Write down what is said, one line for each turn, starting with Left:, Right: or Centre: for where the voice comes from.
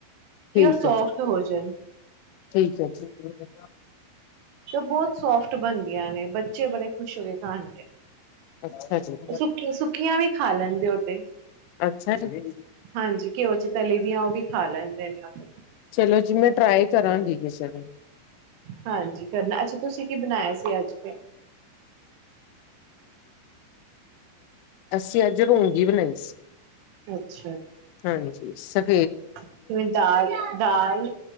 Left: ਠੀਕ
Right: ਕਿ ਉਹ ਸੋਫਟ
Left: ਹੈ ਜੀ
Right: ਹੋ ਜਾਏ।
Left: ਠੀਕ ਹੈ। <inaudible>
Right: ਬਹੁਤ ਸੋਫਟ ਬਣਦੀਆਂ ਨੇ ਬੱਚੇ ਬੜੇ ਖੁਸ਼ ਹੋ। ਕੇ ਖਾਣਗੇ
Left: ਅੱਛਾ ਜੀ
Right: ਸੁੱਕੀ ਸੁੱਕੀਆਂ ਵੀ ਖਾ ਲੈਣ ਹੋ ਤੇ
Left: ਅੱਛਾ ਜੀ
Right: ਹਾਂਜੀ ਘਿਓ ਚ ਤਲੀ ਦੀਆਂ ਉਹ ਵੀ ਖਾ ਲੈਣ ਧੰਨੇ ਵਾਦ
Left: ਚਲੋ ਜੀ ਮੈਂ ਟਰਾਈ ਕਰਾਂਗੀ। ਕਿਸੇ ਦਿਨ
Right: ਹਾਂਜੀ ਕਰਨਾ ਅੱਛਾ ਤੁਸੀਂ ਕੀ ਬਣਾਇਆ ਸੀ। ਅੱਜ ਤੇ
Left: ਅੱਸੀਂ ਅੱਜ ਰੋਂਗੀ ਬਣਾਈ ਸੀ।
Right: ਅੱਛਾ ਜੀ।
Left: ਹਾਂਜੀ ਸਬ
Right: ਕਿਵੇਂ ਦਾਲ-ਦਾਲ